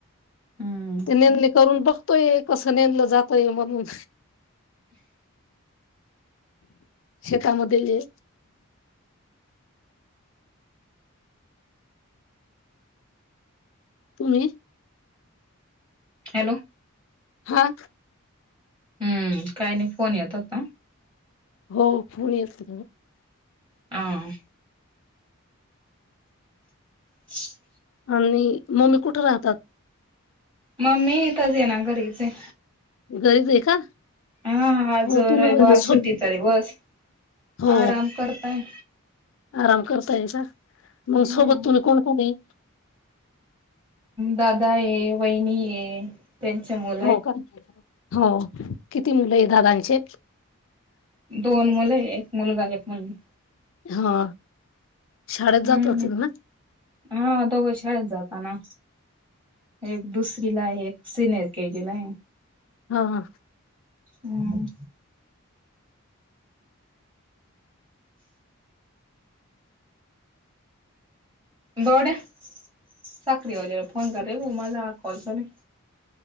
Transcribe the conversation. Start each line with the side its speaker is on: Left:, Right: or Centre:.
Right: हम्म
Left: ते नेंदले करून बघतोय कसं नेंदलं जातय म्हणून शतामध्येध्ये. तुम्ही.
Right: हॅलो.
Left: हा.
Right: हम्म काही नाही फोन येत होता.
Left: हो पुणी येत.
Right: ह. ह
Left: आणि मम्मी कुठे राहतात?
Right: मम्मी तरच ये ना घरीचे.
Left: घरीच आहे का?
Right: हां हां आज
Left: हो तुम्ही
Right: रविवार
Left: म्हणजे सो
Right: सुट्टी चा दिवस
Left: हो
Right: आराम करताय
Left: आराम करतायका
Right: हम्म
Left: मग सोबत तुम्ही कोण कोणए
Right: दादा ए वहिनी ए. त्यांच्यामु
Left: हो का हो किती मुलं आहे दादांचे.
Right: दोन मुले एक मुलगा एक मुलगी.
Left: हा शाळेत
Right: हम्म.
Left: जात असेल ना?
Right: हा दोघं शाळेत जाताना. एक दुसरी ला आहे एक सिनियर के जी ला आहे.
Left: हा.
Right: हं गोड साकरीवाल्याला फोन कर रे माझा पर्सनलै